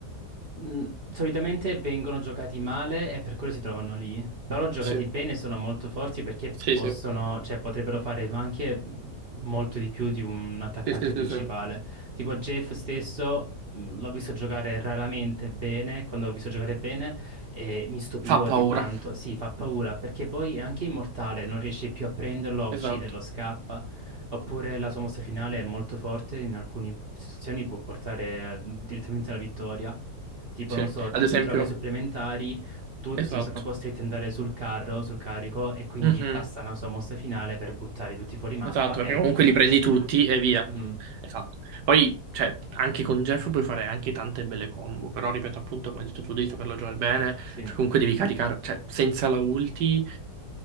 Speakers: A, on the right (about 45°); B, on the right (about 75°).
A: mh, solitamente vengono giocati male e per quello si trovano lì. Però giocati
B: Sì,
A: bene sono molto forti perché
B: sì,
A: possono,
B: sì,
A: cioè, potrebbero fare anche mh, molto di più di un attaccante
B: sì, sì,
A: principale.
B: sì, sì.
A: Tipo Jeff stesso, mh, l'ho visto giocare raramente bene, quando l'ho visto giocare bene e mi stupivo
B: Fa paura.
A: di quanto, sì, fa paura perché poi è anche immortale, non riesce più a prenderlo, a ucciderlo,
B: Esatto,
A: scappa. Oppure la sua mossa finale è molto forte, in alcune situazioni può portare eh, direttamente alla vittoria. Tipo,
B: sì.
A: non so,
B: Ad
A: t-
B: esempio,
A: ti trovi ai supplementari, tutti
B: esatto.
A: sono costretti ad andare sul carro, sul carico, e quindi
B: Mhm.
A: basta una sua mossa finale per buttare tutti fuori mappa
B: Esatto,
A: e
B: perché
A: hai
B: comunque
A: vinto
B: li
A: a
B: prendi
A: prescindere.
B: tutti e via.
A: Mhm,
B: Esatto. Poi, cioè, anche con Jeff puoi fare anche tante belle combo, però ripeto appunto, come hai detto tu, devi saperlo giocare bene, perché
A: Sì.
B: comunque devi caricare, cioè, senza la ulti,